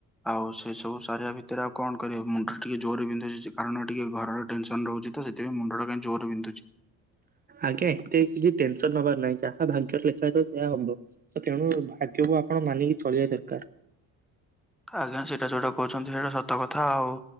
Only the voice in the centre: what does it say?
ଆଉ ସେ ସବୁ ସାରିବା ଭିତରେ ସେଥିରେ ଆଉ କଣ କରିବ ମୁଣ୍ଡ ଟିକେ ଜୋରରେ ବିନ୍ଧୁଚି କାରଣ ଟିକେ ଘର ଟେନସନ ରହୁଚି ତ ସେ ତେବେ ମୁଣ୍ଡ ଟା କାଇଁ ଜୋରେ ବିନ୍ଧୁଚି।
ଆଜ୍ଞା ସେଇଟା ଯୋଉଟା କହୁଛନ୍ତି ସେଇଟା ସତ କଥା ଆଉ।